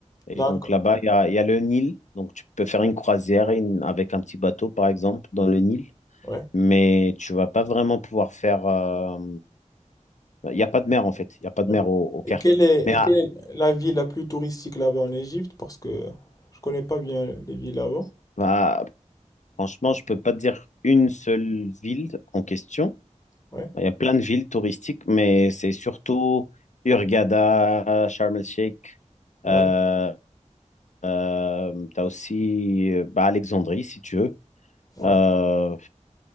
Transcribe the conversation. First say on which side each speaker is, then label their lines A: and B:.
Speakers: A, on the left; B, on the left.
A: Et
B: D'accord.
A: donc là-bas, il y a, il y a le Nil. Donc tu peux faire une croisière une- avec un petit bateau, par exemple, dans le Nil.
B: Ouais.
A: Mais tu vas pas vraiment pouvoir faire... euh, Il n'y a pas de mer, en fait. Il n'y a pas de
B: Ouais.
A: mer au, au Caire.
B: Et quelle est,
A: Mais
B: et
A: ah,
B: quelle est la ville la plus touristique là-bas en Égypte? Parce que je connais pas bien les villes là-bas.
A: bah, franchement, je peux pas te dire une seule ville en question.
B: Ouais,
A: Il y a plein de villes touristiques, mais c'est surtout Hurghada, Sharm el-Sheikh.
B: ouais,
A: Euh, euh, tu as aussi euh, bah, Alexandrie, si tu veux.
B: ouais.
A: Euh,